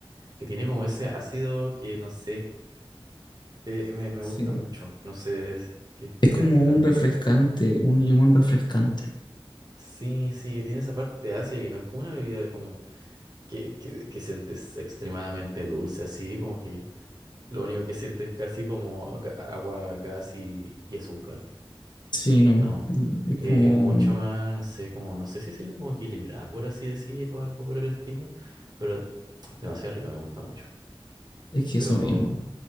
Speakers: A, on the right; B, on the left.
A: Que tiene como ese ácido que, no sé, eh, me, me
B: Sí.
A: gusta mucho. No sé es que
B: Es
A: si
B: como
A: a ti también.
B: un refrescante, un limón refrescante.
A: Sí, sí, que tiene esa parte ácida que no es como una bebida como que, que, que sientes extremadamente dulce, así como que lo único que sientes es casi como aga- agua, gas y, y azúcar.
B: Sí, no,
A: No,
B: es
A: eh,
B: como,
A: es mucho más, no sé, como, no sé si decirlo como equilibrada, por así decir, o algo por el estilo, pero demasiado rica, me gusta mucho.
B: es que
A: Pero
B: eso mismo.